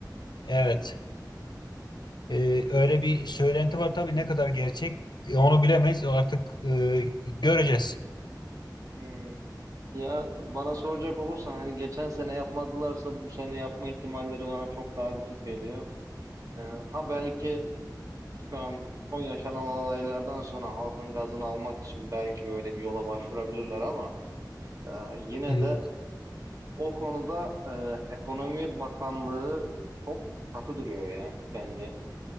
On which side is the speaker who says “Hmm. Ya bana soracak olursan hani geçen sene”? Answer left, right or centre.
Right